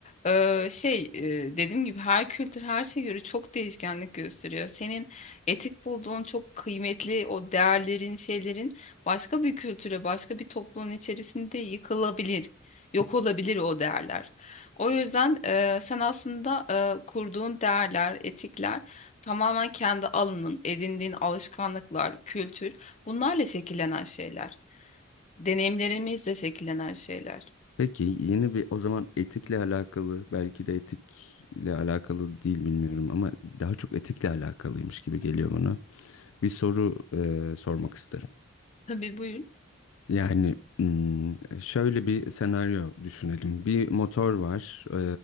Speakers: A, on the left; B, on the left.
A: e, şey e, dediğim gibi her kültür her şeye göre çok değişkenlik gösteriyor. Senin etik bulduğun çok kıymetli o değerlerin, şeylerin başka bir kültüre, başka bir toplumun içerisinde yıkılabilir, yok olabilir o değerler. O yüzden e, sen aslında e, kurduğun değerler, etikler tamamen kendi alanın, edindiğin alışkanlıklar, kültür bunlarla şekillenen şeyler. Deneyimlerimizle şekillenen şeyler.
B: Peki yeni bir o zaman etikle alakalı belki de etikle alakalı değil bilmiyorum ama daha çok etikle alakalıymış gibi geliyor bana. bir soru e, sormak isterim.
A: Tabii buyur.
B: Yani hmm, şöyle bir senaryo düşünelim. Bir motor var e,